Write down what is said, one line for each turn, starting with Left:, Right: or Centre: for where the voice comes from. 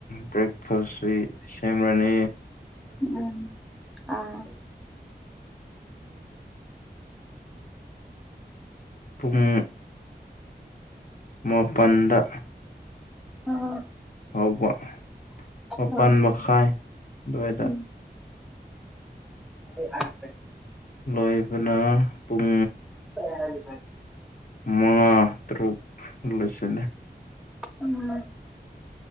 Left: ꯕ꯭ꯔꯦꯛꯐꯥꯁꯁꯤ ꯁꯦꯝꯃꯅꯤ
Centre: ꯎꯝ ꯑꯥ
Left: ꯄꯨꯡ ꯃꯥꯄꯜꯗ
Centre: ꯑꯣ
Left: ꯍꯧꯕ ꯃꯥꯄꯟ
Centre: ꯑꯣ
Left: ꯃꯈꯥꯏ ꯑꯗꯨꯋꯥꯏꯗ
Centre: ꯎꯝ <unintelligible>
Left: ꯂꯣꯏꯕꯅ ꯄꯨꯡ
Centre: <unintelligible>
Left: ꯃꯉꯥ ꯇꯔꯨꯛ ꯂꯣꯏꯁꯤꯜꯂꯦ
Centre: ꯎꯝ